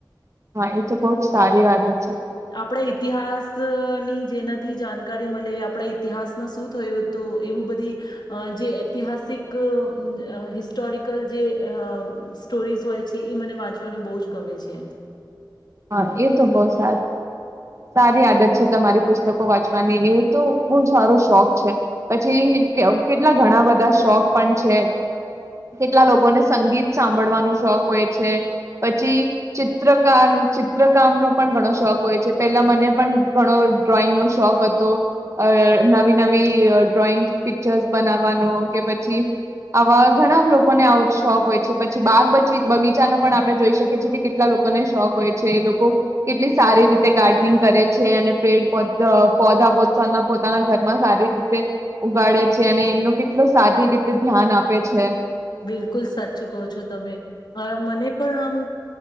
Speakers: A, on the right; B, on the left.
A: હા, એ તો બહુ જ સારી વાત હતી
B: આપણા ઇતિહાસ ની જેનાથી જાણકારી મળે આપણા ઇતિહાસમાં શું થયું તું એવું બધી અ જે ઐતિહાસિક હિસ્ટોરિકલ જે સ્ટોરીઝ હોય છે એ મને વાંચવાનું બહુ જ ગમે છે.
A: હા એ તો બહ સ સારી આદત છે તમારી પુસ્તકો વાંચવાની, એ તો બહુ સારો શોખ છે. પછી કેટલા ઘણા બધા શોખ પણ છે, કેટલા લોકોને સંગીત સાંભળવાનો શોખ હોય છે. પછી ચિત્રકાર ચિત્રકામનો પણ ઘણો શોખ હોય છે. પેલા મને પણ ઘણો ડ્રોઈંગનો શોખ હતો નવી નવી ડ્રોઈંગ પિક્ચર્સ બનાવવાનો કે પછી આવા ઘણા લોકોને આવ શોખ હોય છે. પછી બાગ બચી બગીચાનો પણ આપણે જોઈ શકીએ છીએ કે કેટલા લોકોને શોખ હોય. છે એ લોકો કેટલી સારી રીતે ગાર્ડનિંગ કરે છે, અને પેડ પધા પોના પોતાના ઘરમાં સારી રીતે ઉગાડે છે. અને એમનું કેટલું સારી રીતે ધ્યાન આપે છે.
B: બિલકુલ સાચું કહો છો તમે. હવે મને પણ આમ